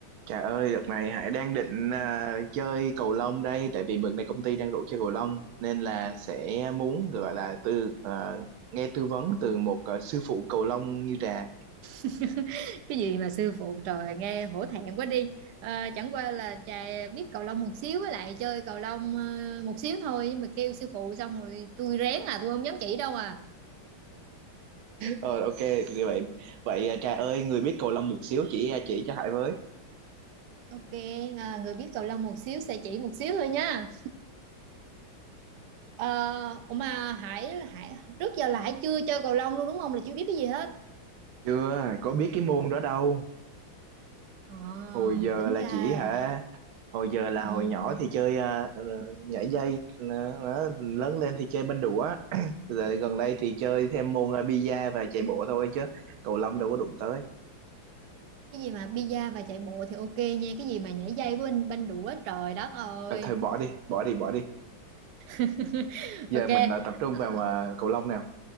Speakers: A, on the right (about 85°); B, on the right (about 70°).
A: Trời ơi, đợt này Hải đang định à, chơi cầu lông đây, tại vì bữa này công ty đang rủ chơi cầu lông nên là sẽ muốn gọi là từ à, nghe tư vấn từ một à, sư phụ cầu lông như Trà.
B: <laughs> cái gì mà sư phụ trời nghe hổ thẹn quá đi Ờ, chẳng qua là trà biết cầu lông một xíu với lại chơi cầu lông ờ, một xíu thôi nhưng mà kêu sư phụ xong rồi tôi rén à tôi không dám chỉ đâu à
A: Rồi ok, như vậy vậy à, Trà ơi, người biết cầu lông một xíu chỉ à, chỉ cho Hải với.
B: ok à, người biết cầu lông một xíu sẽ chỉ một xíu thôi nha Ờ, ủa mà Hải Hải trước giờ là Hải chưa chơi cầu lông luôn đúng không là chưa biết cái gì hết
A: Chưa, có biết cái môn đó đâu.
B: Ờ,
A: Hồi giờ
B: tính
A: là
B: ra
A: chỉ hả hồi giờ là
B: ừm,
A: hồi nhỏ thì chơi ờ, ờ, nhảy dây nó, nó lớn lên thì chơi banh đũa <clears throat> giờ gần đây thì chơi thêm môn ờ, bi và chạy bộ thôi chứ cầu lông đâu có đụng tới
B: cái gì mà bida và chạy bộ thì ok nha cái gì mà nhảy dây với banh banh đũa trời đất ơi
A: à, thôi bỏ đi bỏ đi bỏ đi
B: <laughs>
A: <laughs> giờ
B: ok
A: mình ờ, tập trung
B: ờ,
A: vào ờ, cầu lông nào